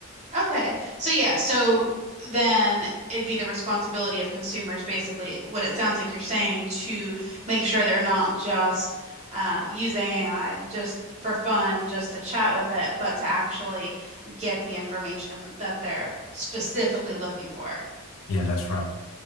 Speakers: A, on the right; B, on the left.
A: Okay. So yeah, so then it'd be the responsibility of consumers, basically, what it sounds like you're saying, to make sure they're not just um, using AI just for fun, just to chat with it, but to actually get the information that they're specifically looking for.
B: Yeah, that's right.